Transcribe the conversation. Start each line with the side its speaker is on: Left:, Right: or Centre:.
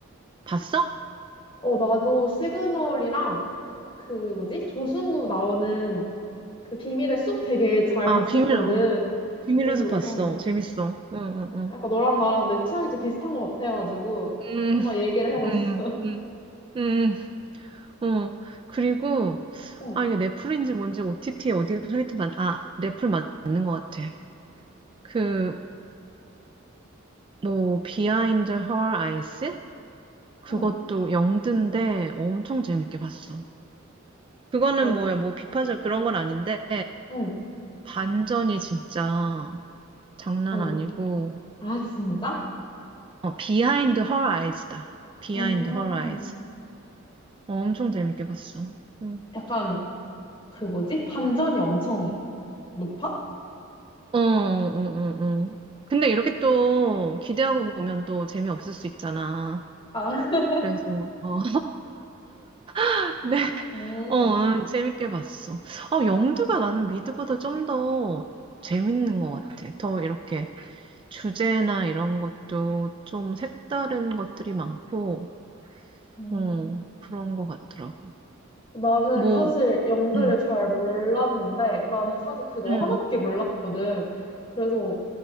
Right: 봤어?
Left: 어, 나도 시그널이랑 그 뭐지? 조승우 나오는 그 비밀의 숲 되게 잘
Right: 아,
Left: 봤었거든.
Right: 비밀, 어. 비밀에서
Left: 그래서
Right: 봤어.
Left: 응.
Right: 재밌어. 응, 응, 응.
Left: 약간 너랑 나랑 내 취향이 좀 비슷한 것 같아가지고
Right: 음,
Left: 한번 얘기를 해봤어.
Right: 음, 음.
Left: <laughs>
Right: 음, 어. 그리고,
Left: 응,
Right: 아, 이게 넷플인지 뭔지 OTT 어디서 하여튼, 만, 아, 넷플 맞는 것 같아. 그, 뭐, 비하인드 헐 아이스? 그것도
Left: 응,
Right: 영드인데 엄청 재밌게 봤어. 그거는
Left: 아,
Right: 뭐야, 뭐 비판적 그런 건 아닌데,
Left: 응,
Right: 반전이 진짜 장난
Left: 반,
Right: 아니고,
Left: 아 진짜?
Right: 어, 비하인드 헐 아이즈다. 비하인드
Left: 음,
Right: 헐 아이즈. 엄청 재밌게 봤어. 응.
Left: 약간 그 뭐지? 반전이 엄청 높아?
Right: 어, 응, 응, 응. 근데 이렇게 또 기대하고 보면 또 재미없을 수 있잖아.
Left: 아, <laughs>
Right: 그래서, 어, <laughs> 네,
Left: 음,
Right: 어, 재밌게 봤어. 아, 영드가 나는 미드보다 좀 더 재밌는 것 같아. 더 이렇게 주제나 이런 것도 좀 색다른 것들이 많고,
Left: 음.
Right: 어, 그런 것 같더라고.
Left: 나는
Right: 뭐,
Left: 사실 영드를
Right: 응,
Left: 잘 몰랐는데 나는 사실 그거
Right: 응,
Left: 하나밖에 몰랐거든. 그래서